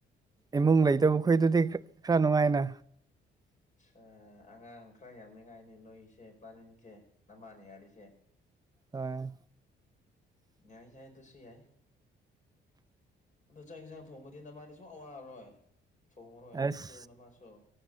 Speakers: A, on the right; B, on the left.
A: ꯏꯃꯨꯡ ꯂꯩꯇꯕꯈꯣꯏꯗꯨꯗꯤ ꯈꯔ ꯅꯨꯡꯉꯥꯏꯅ
B: ꯑ ꯑꯉꯥꯡ ꯈꯔ ꯌꯥꯝꯅꯤꯡꯉꯥꯏꯅꯤ ꯅꯣꯏꯁꯦ ꯄ꯭ꯂꯥꯅꯤꯡꯁꯦ ꯅꯃꯥꯅ ꯌꯥꯔꯤꯁꯦ
A: ꯀꯣꯏꯦ
B: ꯌꯥꯏ ꯌꯥꯏ ꯑꯗꯨꯁꯨ ꯌꯥꯏ ꯑꯗꯨ ꯆꯥꯛ ꯌꯦꯟꯁꯥꯡ ꯊꯣꯡꯕꯗꯤꯅ ꯃꯥꯅ ꯁ ꯑꯋꯥꯔꯔꯣꯏ ꯊꯣꯡꯉꯔꯣꯏ ꯅꯪꯁꯨ
A: ꯑꯁ
B: ꯅꯃꯁꯨ